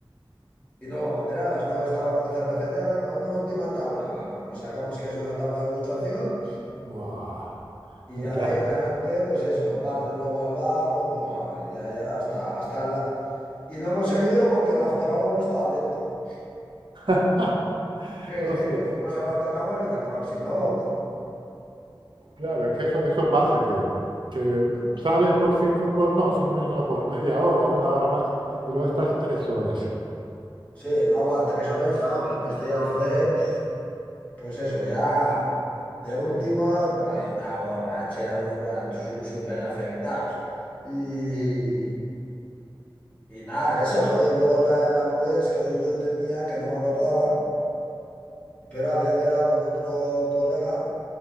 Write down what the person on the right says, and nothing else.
¡Guau!
<laughs>
Claro.
<laughs>
Hostia.
Claro, es que eso, eso pasa, que, que
sales por cinco, por, no, cinco minutos, no, por media hora, una hora máximo, y luego estás tres horas.